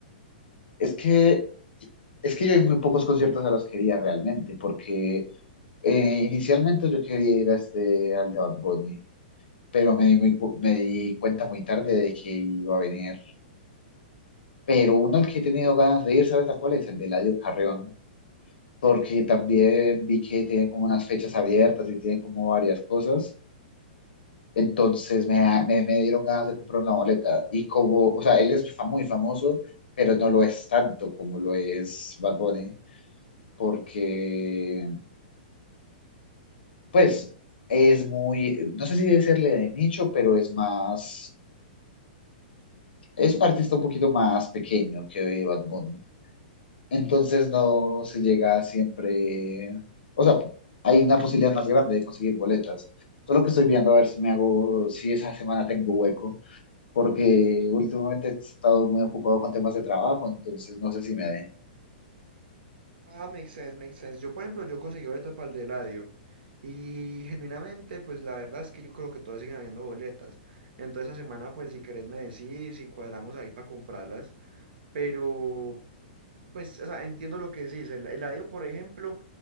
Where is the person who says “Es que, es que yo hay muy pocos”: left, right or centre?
Left